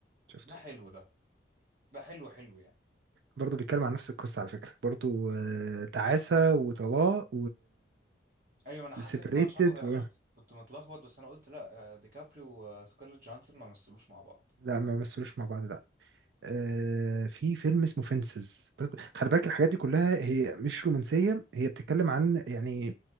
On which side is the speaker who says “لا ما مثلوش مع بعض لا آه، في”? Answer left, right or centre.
Right